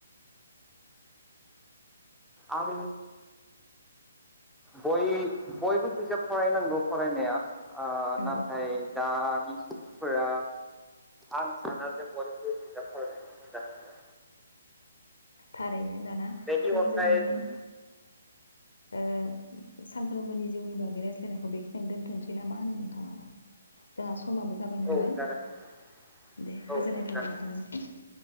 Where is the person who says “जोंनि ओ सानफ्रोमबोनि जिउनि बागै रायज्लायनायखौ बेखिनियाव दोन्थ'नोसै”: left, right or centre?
Left